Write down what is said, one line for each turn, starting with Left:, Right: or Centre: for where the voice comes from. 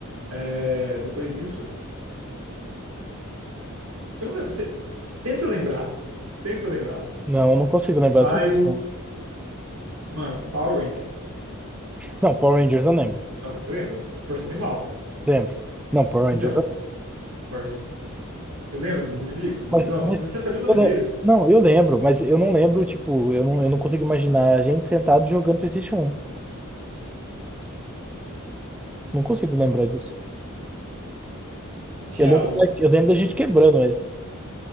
Right: É, depois disso, você não lembra. Você, tenta lembrar. Tenta lembrar.
Centre: Não, eu não consigo lembrar
Right: Pyro,
Centre: do PlayStation.
Right: mano, Power Rangers.
Centre: Não, Power Rangers eu lembro.
Right: Ah, você lembra? Força Animal.
Centre: Lembro. Não, Power Rangers
Right: Então,
Centre: eu lembro.
Right: Forges, você lembra dos inimigos, dos
Centre: Mas,
Right: vilões?
Centre: mas
Right: Você você sabia o nome
Centre: eu le-
Right: deles.
Centre: não, eu lembro, mas eu não lembro, tipo, eu não, eu não consigo imaginar a gente sentado jogando PlayStation 1. Não consigo lembrar disso.
Right: Tinha
Centre: Eu lembro,
Right: algo.
Centre: da- eu lembro da gente quebrando ele.